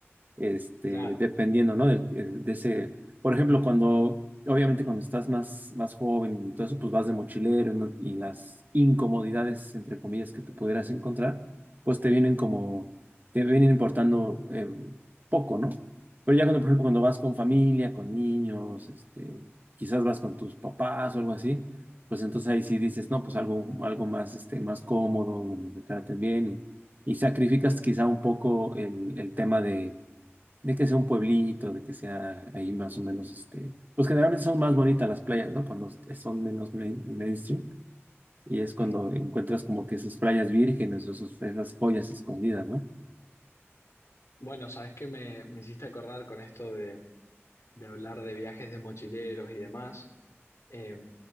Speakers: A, on the right (about 40°); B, on the left (about 85°).
A: este,
B: Claro.
A: dependiendo, ¿no? Del- el- de ese, por ejemplo, cuando, obviamente cuando estás más, más joven y todo eso, pues vas de mochilero, ¿no? Y las incomodidades, entre comillas, que te pudieras encontrar, pues te vienen como, te vienen importando eh, poco, ¿no? Pero ya cuando, por ejemplo, cuando vas con familia, con niños, este, quizás vas con tus papás o algo así, pues entonces ahí sí dices, no, pues algo, algo más, este, más cómodo, donde me traten bien y, y sacrificas quizá un poco el, el tema de, de que sea un pueblito, de que sea ahí más o menos, este, pues generalmente son más bonitas las playas, ¿no? Cuando son menos main- mainstream y es cuando
B: Mm.
A: encuentras como que esas playas vírgenes o esos- esas joyas escondidas, ¿no?
B: Bueno, sabes que me, me hiciste acordar con esto de, de hablar de viajes de mochileros y demás. Eh,